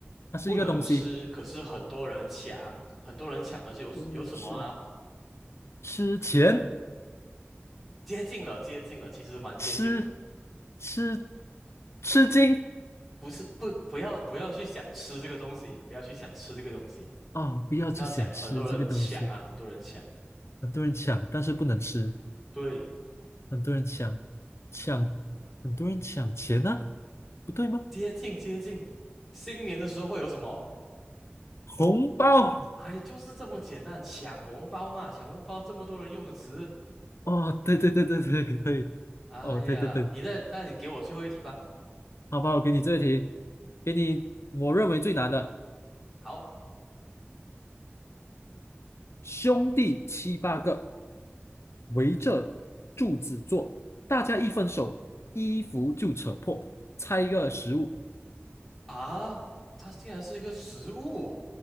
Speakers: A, on the left (about 80°); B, in the centre.
A: 它是一个东西，
B: 不能吃，可是很多人抢，很多人抢的是有有什么啊？
A: 不能吃。吃钱，
B: 接近了，接近了，其实蛮接近了。
A: 吃吃吃惊
B: 不是不不要不要去想吃这个东西，不要去想吃这个东西，
A: 啊！不要去想吃这个东西，
B: 你要想很多人抢啊，很多人抢。
A: 很多人抢，但是不能吃，
B: 对，
A: 很多人抢抢，很多人抢钱呢、不对吗？
B: 接近接近，新年的时候会有什么？
A: 红包。
B: 哎呀，就是这么简单，抢红包嘛，抢红包这么多人用的词。
A: 哦，对对对对对对，
B: 哎呀，
A: 哦，对对对，
B: 你在，那你给我最后一题吧。
A: 好吧，我给你这一题，给你我认为最难的，
B: 好
A: 兄弟七八个围着柱子坐，大家一分手，衣服就扯破，猜一个食物，
B: 啊，它竟然是一个食物，